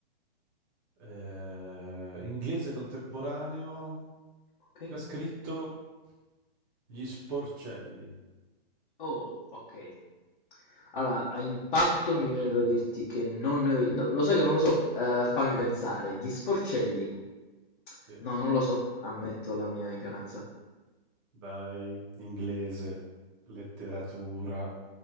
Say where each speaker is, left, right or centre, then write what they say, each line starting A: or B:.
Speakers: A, on the right (about 20°); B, on the left (about 50°).
A: Eh, inglese contemporaneo,
B: Ok.
A: che ha scritto Gli Sporcelli.
B: Oh, ok. Allora, a impatto
A: Facile.
B: mi viene da dirti che non... ne ho- no, lo sai che non lo so, Eh, fammi pensare, gli sporcelli.
A: Sì.
B: No, non lo so, ammetto la mia ignoranza.
A: Dai, inglese, letteratura